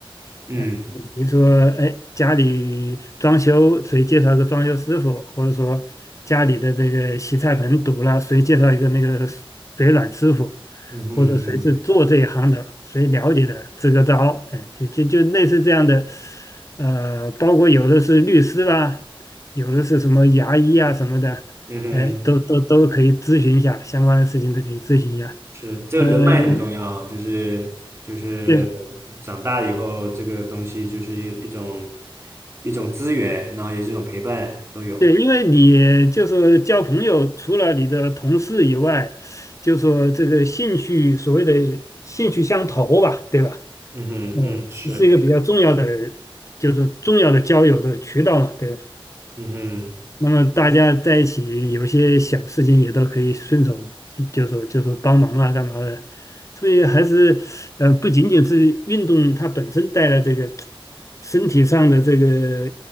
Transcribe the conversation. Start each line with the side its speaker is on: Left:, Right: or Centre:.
Right: 嗯
Left: 嗯，比如说，哎，家里装修，谁介绍个装修师傅，或者说家里的这个洗菜盆堵了，谁介绍一个那个水暖师傅，
Right: 嗯哼嗯哼
Left: 或者谁是做这一行的，谁了解的，支个招，哎，就就就类似这样的，呃，包括有的是律师啦，有的是什么牙医啊什么的，
Right: 嗯哼。
Left: 哎，都都都可以咨询一下相关的事情，都可以咨询一下。
Right: 是，这个人脉很重要啊就是就是
Left: 嗯、对。
Right: 长大以后，这个东西就是一一种一种资源，然后也是一种陪伴都有。
Left: 对，因为你就是交朋友，除了你的同事以外，就说这个兴趣，所谓的兴趣相投吧，对吧？
Right: 嗯哼，
Left: 嗯，
Right: 嗯，是，
Left: 是是一个比较重要的，就是重要的交友的渠道嘛，对吧？
Right: 嗯哼，
Left: 那么大家在一起有些小事情也都可以顺手嗯就说就说帮忙啊干嘛的，所以还是呃不仅仅是运动它本身带来这个身体上的这个